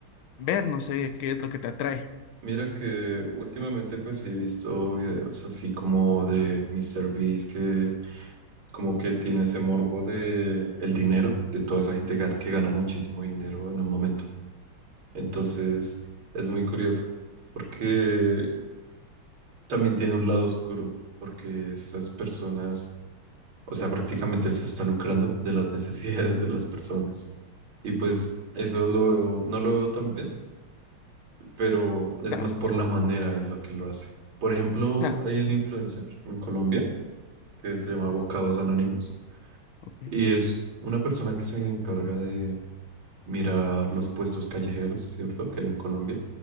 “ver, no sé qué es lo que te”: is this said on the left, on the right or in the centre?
Left